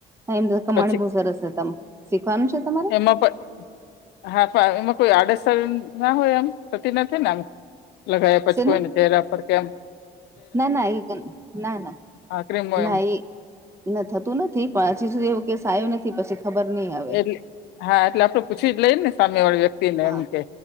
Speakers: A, on the right (about 15°); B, on the left (about 80°).
A: એમ કમાણી
B: પછી
A: બવ સરસ છે ત શીખવાનું છે તમારે?
B: એમાં પણ હા એમાં કોઈ આડઅસર ના હોય એમ થતી નથી ને આમ? લગયા પછી
A: શેનું
B: કોઈને ચહેરા પર કેમ- -
A: ના ના એ ના ના
B: હા ક્રીમો
A: ના
B: એમ
A: એ ના થતું નથી પણ હજી સુધી એવું કેસ આવ્યો નથી પછી ખબર નહી અવે.
B: એટલે હા એટલે આપડે પૂછી જ લઈએ ને સામે વાળી વ્યક્તિ ને
A: હા
B: એમ કે,